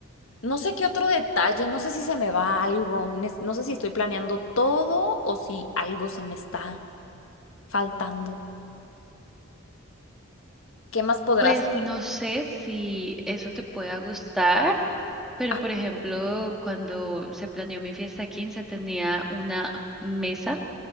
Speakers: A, on the left; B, in the centre.
A: No sé qué otro detalle, no sé si se me va algo, nes- no sé si estoy planeando todo o si algo se me está faltando. ¿Qué más podrás?
B: Pues
A: hacer?
B: no sé si eso te pueda gustar, pero
A: Ah,
B: por ejemplo, cuando se planeó mi fiesta de 15 tenía una mesa